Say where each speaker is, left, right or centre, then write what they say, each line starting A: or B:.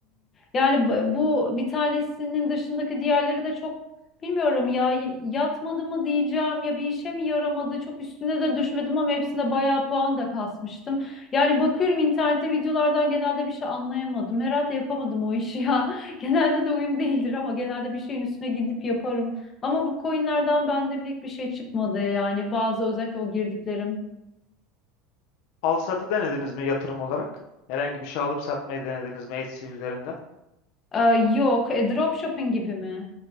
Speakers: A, on the left; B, on the left.
A: Yani bu bu bir tanesinin dışındaki diğerleri de çok bilmiyorum ya y- yatmadı mı diyeceğim ya bir işe mi yaramadı çok üstüne de düşmedim ama hepsinde bayağı puan da kasmıştım. Yani bakıyorum internette videolardan genelde bir şey anlayamadım. Herhalde yapamadım o işi ya. <laughs> Genelde de uyum değildir ama genelde bir şeyin üstüne gidip yaparım. Ama bu coinlerden bende pek bir şey çıkmadı yani bazı özellikle o girdiklerim.
B: Al satı denediniz mi yatırım olarak? Herhangi bir şey alıp satmayı denediniz mi Etsy üzerinden?
A: Ee, yok, e, dropshipping gibi mi?